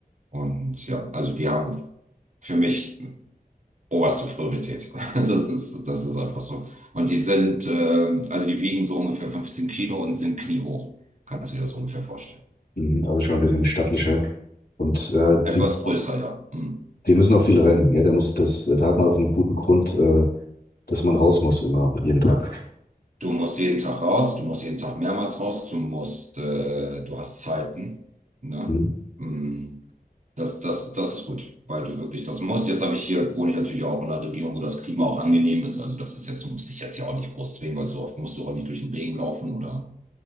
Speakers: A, on the right; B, on the left.
A: Und ja, also die haben für mich oberste Priorität. <laughs> Das ist, das ist einfach so. Und die sind, ähm, also die wiegen so ungefähr 15 Kilo und sind kniehoch. Kannst du dir das ungefähr vorstellen?
B: Mhm, Also schon ein bisschen stattlicher. Und äh,
A: Etwas
B: die,
A: größer, ja. Hm.
B: die müssen auch viel rennen, gell? Da muss das, da hat man auch einen guten Grund, äh, dass man raus muss immer jeden Tag.
A: Du musst jeden Tag raus, du musst jeden Tag mehrmals raus, du musst, äh, du hast Zeiten, ne?
B: Mhm.
A: Hm. Das, das, das ist gut, weil du wirklich das musst. Jetzt habe ich hier, wohne ich natürlich auch in einer Region, wo das Klima auch angenehm ist. Also das ist jetzt, du musst dich jetzt hier auch nicht groß zwingen, weil so oft musst du auch nicht durch den Regen laufen oder